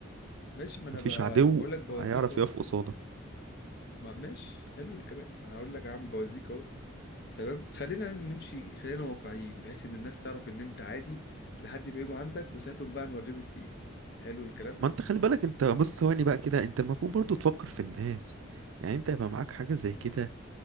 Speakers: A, on the left; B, on the right.
A: ماشي ما انا
B: مفيش
A: ب...
B: عدو
A: بقول لك بوازيك
B: هيعرف
A: اهو
B: يقف قصادك
A: ما ماشي حلو الكلام ما هقول لك يا عم بوازيك اهو تمام خلينا نمشي خلينا واقعيين بحيث ان الناس تعرف ان انت عادي لحد ما يجوا عندك وساعتهم بقى نوريهم التقيل حلو الكلام
B: ما انت خلي بالك انت بص ثواني بقى كده انت المفروض برضو تفكر في الناس يعني انت يبقى معاك حاجة زي كده